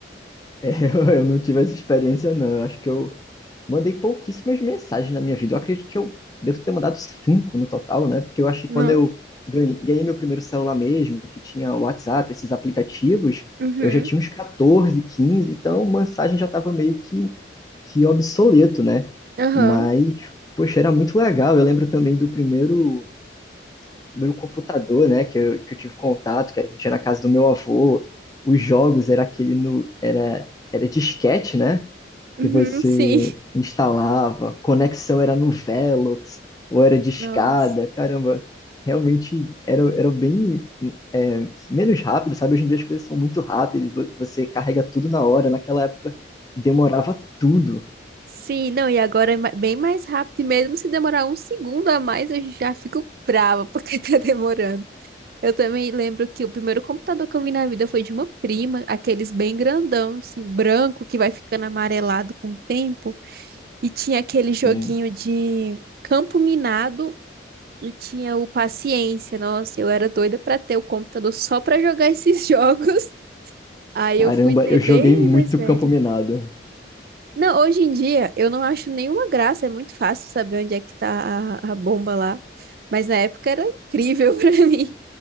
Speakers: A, on the left; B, on the right.
A: É, <laughs> Eu, eu não tive essa experiência, não. Eu acho que eu mandei pouquíssimas mensagens na minha vida. Eu acredito que eu devo ter mandado cinco no total, né? Porque eu acho que
B: Nossa.
A: quando eu ganhei, ganhei meu primeiro celular mesmo, que tinha o WhatsApp, esses aplicativos,
B: Uhum.
A: eu já tinha uns 14, 15. então mensagem já estava meio que, que obsoleto, né?
B: Aham.
A: Mas, poxa, era muito legal. Eu lembro também do primeiro meu computador, né, que eu, que eu tive contato, que era que tinha na casa do meu avô, os jogos era aquele no era era disquete, né,
B: Uhum,
A: que você
B: sim.
A: instalava, conexão era no Velox ou era discada,
B: Nossa.
A: caramba, realmente era, era bem é, menos rápido, sabe? Hoje em dia as coisas são muito rápidas, vo- você carrega tudo na hora, naquela época demorava tudo.
B: Sim, não, e agora é ma- bem mais rápido, e mesmo se demorar um segundo a mais, eu já fico brava porque <laughs> tá demorando. Eu também lembro que o primeiro computador que eu vi na vida foi de uma prima, aqueles bem grandão, assim, branco, que vai ficando amarelado com o tempo, e tinha aquele joguinho
A: Hum,
B: de campo minado E tinha o Paciência, nossa, eu era doida pra ter o computador só pra jogar esses <laughs> jogos. Aí
A: Caramba,
B: eu fui ter
A: eu
B: bem
A: joguei muito
B: mais velho.
A: campo minado.
B: Não, hoje em dia eu não acho nenhuma graça, é muito fácil saber onde é que tá a, a bomba lá. Mas na época era incrível <laughs> pra mim.